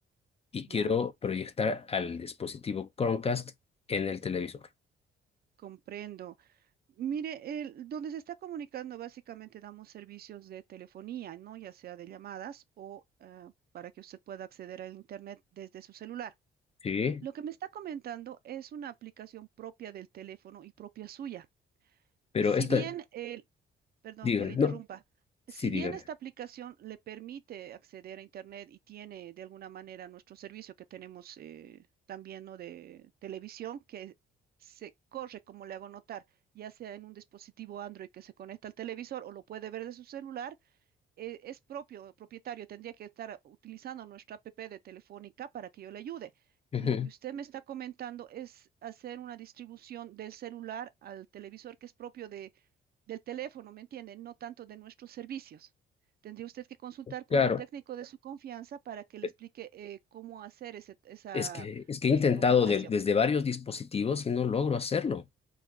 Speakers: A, on the left (about 30°); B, on the right (about 50°).
A: y
B: Ya,
A: quiero proyectar al dispositivo Chromecast en el televisor.
B: comprendo. Mire, el- donde se está comunicando básicamente damos servicios de telefonía, ¿no? Ya sea de llamadas o eh, para que usted pueda acceder al Internet desde su celular.
A: Sí,
B: Lo que me está comentando es una aplicación propia del teléfono y propia suya.
A: pero
B: Si
A: esta,
B: bien eh, Perdón
A: dígame,
B: que le interrumpa.
A: no, sí,
B: Si
A: dígame.
B: bien esta aplicación le permite acceder a Internet y tiene de alguna manera nuestro servicio que tenemos eh, también ¿no? de televisión, que se corre, como le hago notar, ya sea en un dispositivo Android que se conecta al televisor o lo puede ver de su celular, eh, es propio, propietario, tendría que estar utilizando nuestra app de Telefónica para que yo le ayude.
A: Ujú,
B: Lo que usted me está comentando es hacer una distribución del celular al televisor que es propio de del teléfono, ¿me entienden? No tanto de nuestros servicios. Tendría usted que consultar con
A: Claro,
B: un técnico de su confianza para que le
A: e-
B: explique eh, cómo hacer ese- esa,
A: es que, es que he
B: esa
A: intentado
B: configuración.
A: de- desde varios dispositivos y no logro hacerlo.